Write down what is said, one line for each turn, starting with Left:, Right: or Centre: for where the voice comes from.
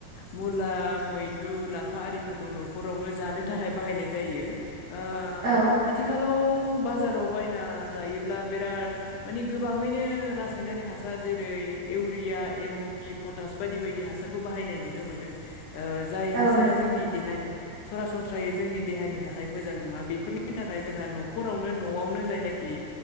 Left: मु मुला मैद्रु लाफा आरिफोरखौ न'खरावनो जानो थाखाय बाहायनाय जायो। आ
Right: औ
Left: आथिखालाव लाव बाजाराव बायना जायोब्ला बिराद मानि गोबाङैनो रासायनारि हासार जेरै इउरिया एम पि पटास बायदि बायदि हासारखौ बाहायनाय नुनो मोनो। ओ जाय हासारा
Right: औ नों
Left: जोंनि देहानि सरासनस्रायै जोंनि देहानि थाखाय मोजां नङा बेफोरनि थाखाय जोंहा न'खरावनो न'आवनो जायनाखि